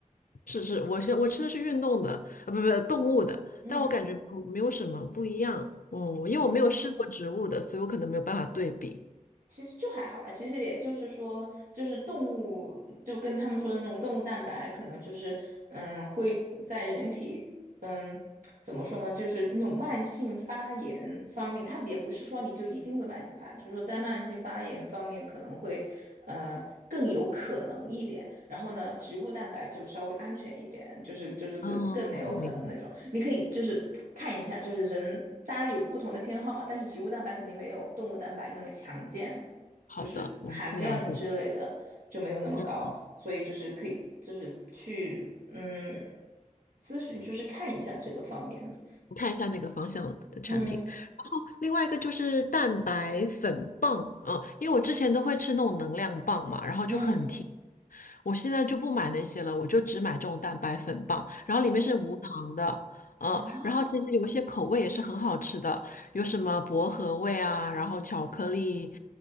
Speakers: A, on the left (about 85°); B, on the right (about 85°).
A: 是是，我是我吃的是运动的，啊不不动物的，
B: 嗯。
A: 但我感觉不没有什么不一样，嗯，因为我没有试过植物的，所以我可能没有办法对比。
B: 其实就还好了，其实也就是说，就是动物就跟他们说的那种动物蛋白，可能就是嗯会在人体嗯怎么说呢，就是那种慢性发炎方面，它也不是说你就一定会慢性发炎，就是说在慢性发炎方面可能会呃更有可能一点。然后呢，植物蛋白就稍微安全一点，就是就是更更没有可能那种。
A: 哦，明白。
B: 你可以就是看一下，就是人大家有不同的偏好嘛，但是植物蛋白肯定没有动物蛋白那么强健。
A: 好的，
B: 就是含量之类的就没有那么高，
A: 我们去了解一下。嗯，
B: 所以就是可以就是去嗯咨询，就是看一下这个方面的。
A: 看一下那个方向的产品，
B: 嗯
A: 然后另外一个就是蛋白粉棒，嗯，因为我之前都会吃那种能量棒嘛，然后就很甜。
B: 嗯，
A: 我现在就不买那些了，我就只买这种蛋白粉棒，然后里面是无糖的，
B: 对
A: 嗯，
B: 啊，
A: 然后其实有一些口味也是很好吃的，有什么薄荷味啊，然后巧克力，